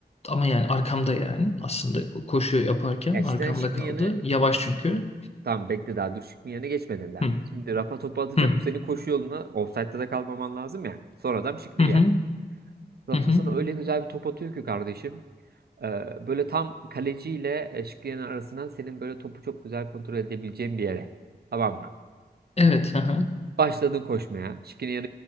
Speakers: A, on the left; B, on the right.
A: ama yani arkamda yani. Aslında koşu yaparken
B: Yani
A: arkamda
B: Şikrin
A: kaldı.
B: yanı
A: Yavaş çünkü.
B: Tamam bekle daha Dürşik'in yerine geçmedin
A: Hı,
B: Şimdi Rafa topu atacak.
A: hı,
B: Senin koşu yoluna ofsaytta da kalmaman lazım ya. Sonradan adam
A: hı,
B: yer. Rafa
A: hı, hı. hı.
B: sana öyle güzel bir top atıyor ki kardeşim. Ee, böyle tam kaleciyle e, Şikriye'nin arasına senin böyle topu çok güzel kontrol edebileceğin bir yere. Tamam mı?
A: Evet. Hı hı.
B: Başladın koşmaya. Şikriye'ye